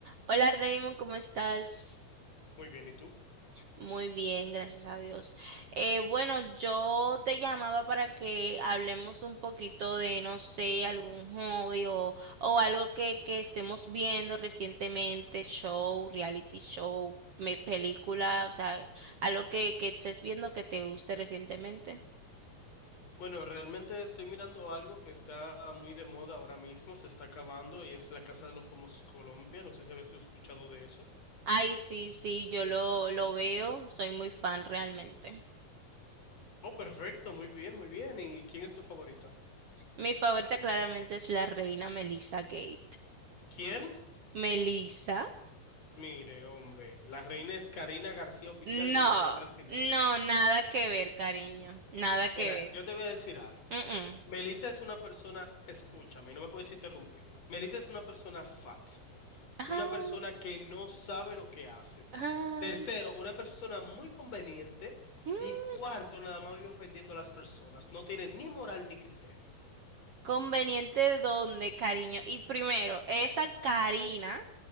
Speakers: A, on the right; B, on the left.
A: Hola Raymond, ¿cómo estás?
B: Muy bien, ¿y tú?
A: Muy bien, gracias a Dios. Eh, bueno, yo te llamaba para que hablemos un poquito de, no sé, algún hobby o, o algo que, que estemos viendo recientemente, show, reality show, me- película, o sea, algo que, que estés viendo que te guste recientemente.
B: Bueno, realmente estoy mirando algo que está muy de moda ahora mismo, se está acabando y es La Casa de los Famosos Colombia. No sé si habías escuchado de eso.
A: Ay, sí, sí, yo lo, lo veo, soy muy fan realmente.
B: Oh, perfecto, muy bien, muy bien. ¿Y quién es tu favorita?
A: Mi favorita claramente es la reina Melissa Gate.
B: ¿Quién?
A: Melissa.
B: Mire, hombre, la reina es Karina García Oficial
A: No,
B: con doble L al final.
A: no, nada que ver, cariño, nada que
B: Mira,
A: ver.
B: yo te voy a decir algo.
A: Mm, mm.
B: Melissa es una persona, escúchame, no me puedes interrumpir. Melissa es una persona falsa.
A: Ay,
B: una persona que no sabe lo que hace.
A: ay,
B: Tercero, una persona muy conveniente.
A: mm.
B: Y cuarto, nada más vive ofendiendo a las personas. No tiene ni moral ni criterio.
A: ¿Conveniente dónde, cariño? Y primero, esa Karina.